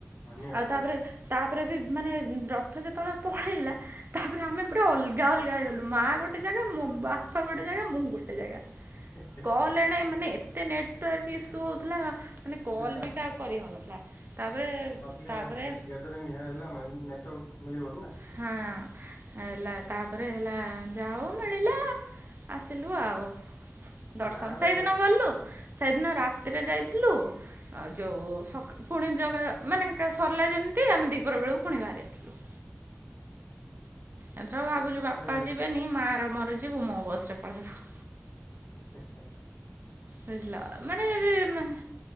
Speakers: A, on the left; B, on the right.
A: ମାନିବାକୁ
B: ଆଉ
A: ପଡିବ
B: ତାପରେ, ତାପରେ ବି ମାନେ ରଥ ଯେତେବେଳେ ପଳେଇଲା ତାପରେ ଆମେ ପୁରା ଅଲଗା ଅଲଗା ହେଇଗଲୁ। ମା ଗୋଟେ ଜାଗା, ମୋ ବାପା ଗୋଟେ ଜାଗା, ମୁଁ ଗୋଟେ ଜାଗା।
A: ହେ
B: କଲ୍
A: ହେ
B: ଏଣେ ମାନେ ଏତେ ନେଟୱାର୍କ ଇସୁ ହଉଥିଲା। ମାନେ କଲ୍
A: ସେ
B: ବି କାହାକୁ କରିହଉନଥିଲା। ତାପରେ
A: ଗ୍ୟା
B: ତାପରେ
A: ଗ୍ୟାଦରିଙ୍ଗ ହେଲା ମାନେ ନେଟୱର୍କ ମିଳିବନି ନା।
B: ହଁ ହେଲା, ତାପରେ ହେଲା ଯାହା ହଉ ମିଳିଲା ଆସିଲୁ ଆଉ, ଦର୍ଶନ
A: ଗାଁରେ
B: ସେଇଦିନ ଗଲୁ ସେଇଦିନ ରାତିରେ ଯାଇଥିଲୁ ଆଉ ଯୋଉ ସକା ପୁଣି ଜଗା, ମାନେ ସରିଲା ଯେମିତି ଆମେ ଦ୍ୱିପହର ବେଳକୁ ପୁଣି ବାହାରି ଆସିଲୁ। ଏଥର ଭାବୁଛୁ
A: ଗାଁରେ
B: ବାପା ଯିବେନି, ମାଆ ର ମୋର ଯିବୁ ମୋ ବସ୍ ରେ ପଳେଇବୁ।
A: ହେ -ହେ -ହେ।
B: ବୁଝିଲ, ମାନେ ଯଦି ମାନେ